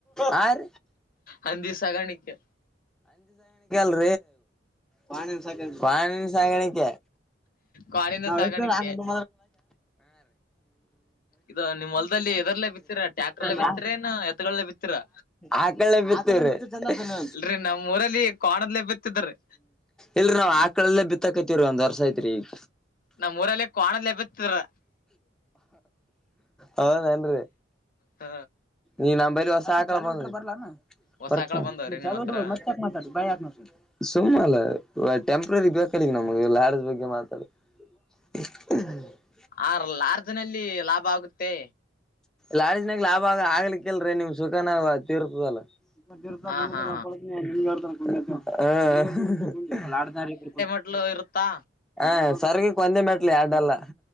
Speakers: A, in the centre; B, on the left (about 50°).
A: ಯಾರ
B: ನಂದಿವ ಸಾಗಾಣಕ್ಕೆ
A: ಲ್ ಪಾಣಿನ ಸಾಗಾಣಿಕೆ
B: ಕಾಳಿನ
A: ನಾತಲ್ಲ
B: ಸಾಗಾಣಿಕೆ ಇದು ನಿಮ್ ಹೊಲ್ದಲ್ಲಿ ಎದರ್ಲ್ಲೇ ಬಿತ್ತೀರಾ ಟ್ಯಾಕ್ಟರ್ಲ್ಲೇ ಬಿತ್ತೀರೇನ
A: ಹ
B: ಎತ್ಗಳಲ್ಲೇ ಬಿತ್ತೀರಾ
A: ಆ ಕ <unintelligible> ್ಮ <unintelligible>
B: ಇಲ್ರರಿ ನಮ್ಮ್ ಊರಲ್ಲಿ ಕೋಣದ್ಲೆ ಬಿತ್ತಿದ್ರಿ
A: ಇಲ್ರಿ ನಾವ್ ಆಕಳಲ್ಲೇ ಬಿತ್ತಕತಿವ್ರಿ ಒಂದ್ ವರ್ಸ ಐತ್ರಿ ಈಗ
B: ನಮೂಊರಲ್ಲಿ ಕಾಣದಬತ್ತರ
A: ಹಾದನ್
B: ಹ
A: ನೀ ನಮ್ ಬಲಿ ಹೊಸ ಆಕಳ‌ ಬಂದದ <unintelligible>
B: ಹೊಸ ಆಕಳ ಬಂದವ್ರೀ ನಿಮ್ಮ್ ಹತ್ರ
A: ಸುಮ್ನೆ ಅಲ್ಲ ಟೆಂಪ್ರರಿ ಬೇಕ ನಮಗೆ ಲಾಡ್ಜ್ ಬಗ್ಗೆ ಮಾತಾಡ <unintelligible>
B: ಆರ್ ಲಾರ್ಜ್ನಲ್ಲಿ ಲಾಭ ಆಗುತ್ತೆ
A: ಲಾಡ್ಜಿನಾಗ ಲಾಭ ಆಗ ಆಗ್ಲಿಕ್ಕೀಲ್ರೀ ನಿಮ್ ಸುಖನ ತೀರ್ತದಲ್ಲ <unintelligible>
B: ಹ ಹಾ <unintelligible> ಇರ್ತಾ
A: ಹಾ ಸರ್ಗಕ್ಕೊಂದೆ ಮೆಟ್ಲ ಯಾಡ್ಡಲ್ಲ